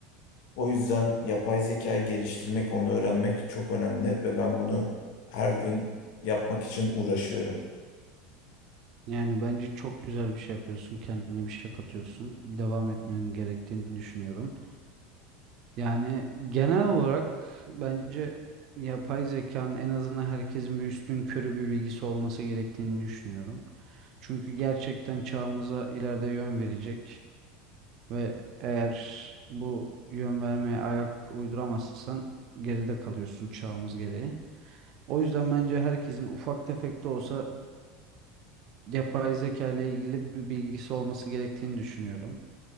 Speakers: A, on the left; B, on the right.
A: O yüzden yapay zekayı geliştirmek, onu öğrenmek çok önemli ve ben bunu her gün yapmak için uğraşıyorum.
B: yani bence çok güzel bir şey yapıyorsun kendine bir şey katıyorsun devam etmenin gerektiğini düşünüyorum. Yani genel olarak bence yapay zekanın en azından herkesin bir üstün körü bir bilgisi olması gerektiğini düşünüyorum. Çünkü gerçekten çağımıza ileride yön verecek ve eğer bu yön vermeye ayak uyduramazsan geride kalıyorsun çağımız gereği. O yüzden bence herkesin ufak tefek de olsa yapay zeka ile ilgili bir bilgisi olması gerektiğini düşünüyorum.